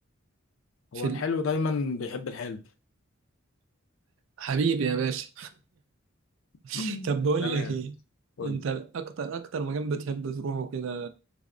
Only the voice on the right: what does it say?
في
حبيبي يا باشا <laughs>
طب بقول
لك ايه
انت
اكتر اكتر مكان بتحب تروحه كده